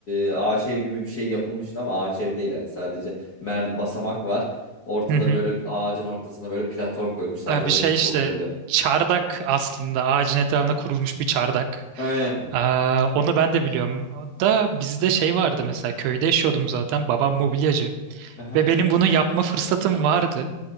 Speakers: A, on the left; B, on the right.
A: e, ağaç ev gibi bir şey yapılmıştı ama ağaç ev değil yani sadece mer basamak var. Ortada
B: Hı hı.
A: böyle ağacın ortasına böyle platform koyulmuş sadece
B: Abi
A: oraya
B: şey
A: çıkıp
B: işte
A: oturabiliyor.
B: çardak aslında ağacın etrafına kurulmuş bir çardak.
A: Aynen.
B: Aa, onu ben de biliyorum. Da bizde şey vardı mesela köyde yaşıyordum zaten babam mobilyacı
A: Aha.
B: ve benim bunu yapma fırsatım vardı.